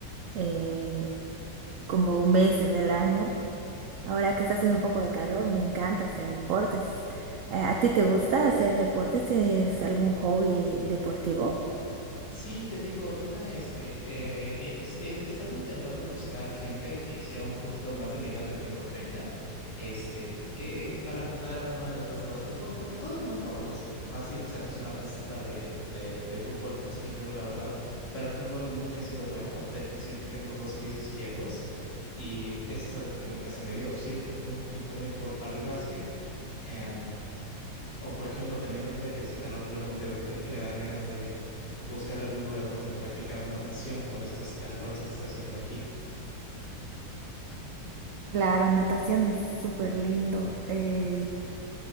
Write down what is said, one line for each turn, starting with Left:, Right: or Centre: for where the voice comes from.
Right: eh, como meses del año. Ahora que está haciendo un poco de calor, me encanta hacer deportes. Eh, ¿a ti te gusta hacer deportes? ¿Tienes algún hobby deportivo?
Left: Sí, te digo, ahorita este, eh, he, he- he estado intentando buscar gente que sea un poquito más de mi edad, yo tengo 30, este, que para jugar unas retas de básquetbol, porque todo el mundo, pues fácil sacas una reta de, de, de fútbol, pero es que yo, la verdad, para el fútbol nunca he sido bueno, te- siempre tengo dos pies izquierdos y eso es algo que nunca se me dio, siempre fui un poquito mejor para el básquet. em, o por ejemplo, también ahorita que ese calor, luego me- de repente me dan ganas de buscar algún lugar donde practicar natación con estos calores que está haciendo aquí.
Right: Claro, natación es súper lindo. Eh,